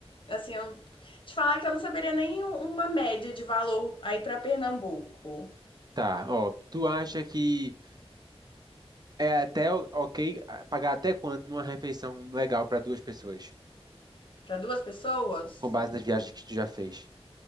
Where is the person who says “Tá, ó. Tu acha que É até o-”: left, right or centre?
Right